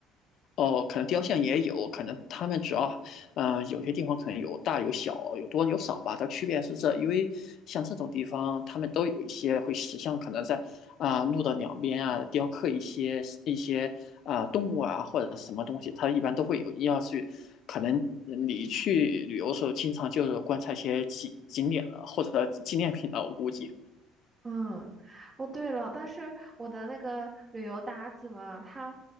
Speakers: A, on the left; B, on the right.
A: 哦，可能雕像也有，可能他们主要，嗯、有些地方可能有大有小，有多有少吧。它区别是这，因为像这种地方，他们都有一些会石像，可能在啊、路的两边啊雕刻一些一些啊、动物啊或者什么东西，它一般都会有要去，可能你去旅游的时候，经常就是观察一些景景点的或者纪念品的，我估计，
B: 嗯，哦对了，但是我的那个旅游搭子嘛，他